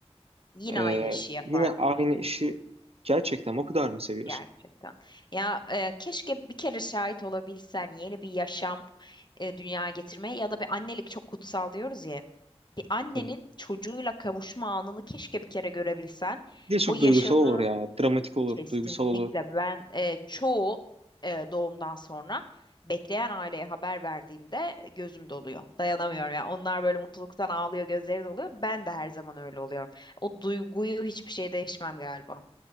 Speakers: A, on the left; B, on the right.
A: yine
B: e,
A: aynı işi yapardım.
B: yine aynı işi gerçekten o kadar mı seviyorsun?
A: Gerçekten. Ya e, keşke bir kere şahit olabilsen yeni bir yaşam e, dünyaya getirmeye ya da bir annelik çok kutsal diyoruz ya hep. Bir annenin
B: Tabii.
A: çocuğuyla kavuşma anını keşke bir kere görebilsen.
B: Bir de çok
A: O yaşadığın
B: duygusal olur ya. Dramatik olur,
A: kesinlikle
B: duygusal olur.
A: ben e, çoğu e, doğumdan sonra bekleyen aileye haber verdiğimde gözüm doluyor. Dayanamıyorum ya. Onlar böyle mutluluktan ağlıyor, gözleri doluyor. Ben de her zaman öyle oluyorum. O duyguyu hiçbir şey değişmem galiba.